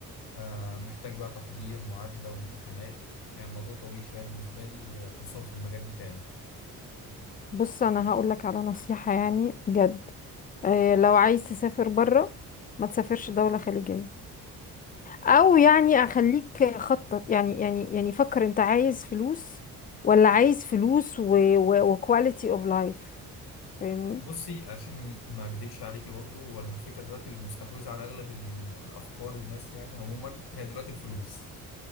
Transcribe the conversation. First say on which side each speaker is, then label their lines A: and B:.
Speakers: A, on the left (about 55°); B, on the left (about 20°).
A: آه، محتاج بقى تحضير معادلة وامتحانات يعني الموضوع طويل شوية بالنسبة لي آه، خصوصا في المجال بتاعي
B: بص انا هقول لك على نصيحة يعني بجد آه لو عايز تسافر بره ما تسافرش دولة خليجية او يعني اخليك خطط يعني يعني يعني فكر انت عايز فلوس ولا عايز فلوس و... و... وكواليتي اوف لايف فاهمني
A: بصي عشان ما اكدبش عليكي برضه والفكره دلوقتي المستحوذه على اغلب ال- الافكار الناس يعني عموما هي دلوقتي الفلوس